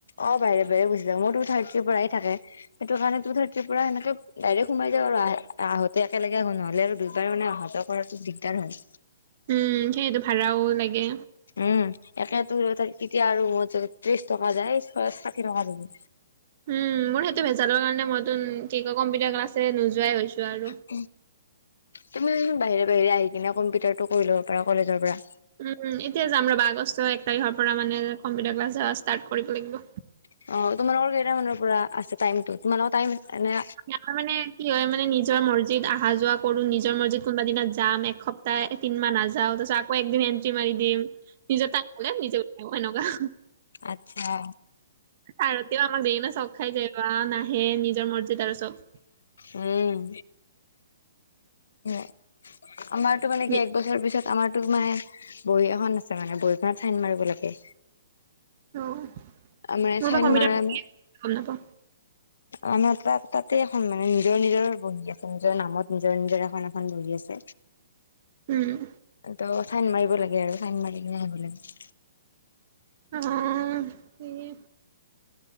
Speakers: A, on the left; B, on the right.
A: অ, বাহিৰে- বাহিৰে গুচি যাও মোৰ টু থাৰ্টিৰ পৰাহে থাকে। সেটো কাৰণে টু থাৰ্টিৰ পৰা সেনেকে ডাইৰেক্ট সোমাই যাওঁ আৰু আহ, আহোঁতে একেলগে আহো নহলে আৰু দুইবাৰ মানে অহাটো কৰাতো দিগদাৰ হয়।
B: উম, সেয়েতো ভাড়াও লাগে।
A: উম, একে টোৰ তেতিয়া আৰু <unintelligible> ত্ৰিছ টকা যায় ফাৰ্ষ্ট ষাঠি টকা যাব।
B: উম, মোৰ সেইটো ভেজালৰ কাৰণে মইতো কি কয় কম্পিউটাৰ ক্লাছে নোযোৱাই হৈছো আৰু।
A: <unintelligible> তুমি কিন্তু বাহিৰে -বাহিৰে আহি কিনে কম্পিউটাৰটো কৰি ল'ব পাৰা কলেজৰ পৰা।
B: উম, এতিয়া যাম ৰবা আগষ্ট এক তাৰিখৰ পৰা মানে কম্পিউটাৰ ক্লাছ যোৱা ষ্টাৰ্ট কৰিব লাগিব।
A: অ, তোমালোকৰ কেইটামানৰ পৰা আছে টাইমটো তোমোলোকৰ টাইম এনে
B: তাৰ মানে কি হয় মানে নিজৰ মৰজিত আহা যোৱা কৰো নিজৰ মৰজিত কোনোবা দিনা যাম এসপ তায়ে তিনমাহ নাযাওঁ তাৰচত আকৌ একদিন এন্ট্ৰি মাৰি দিম নিজে <unintelligible> এনেকুৱা।
A: আতছা।
B: আৰু তেওঁ আমাক দেই কিনে চক খাই যায় বাহ নাহে নিজৰ মৰ্জিত আৰু চব।
A: উম, হম, আমাৰ টো মানে কি
B: নি
A: এক বছৰ পিছত আমাৰতোত মানে বহী এখন আছে মানে বহীখনত চাইন মাৰব লাগে।
B: অ'
A: মানে
B: মোৰ
A: চাইন
B: বা কম্পিউটাৰ
A: মাৰাত
B: গম নাপাও।
A: অ, নহয় তাত তাতে এখন মানে নিজৰ- নিজৰ বহি আছে নিজৰ নামত নিজৰে নিজৰে এখন -এখন বহী আছে নিজৰ নামত নিজৰ নিজৰ এখন এখন বহী আছে।
B: উম,
A: ত'চাইন মাৰিব লাগে আৰু চাইন মাৰি কিনে আহিব লাগে।
B: অ, সেইয়ে।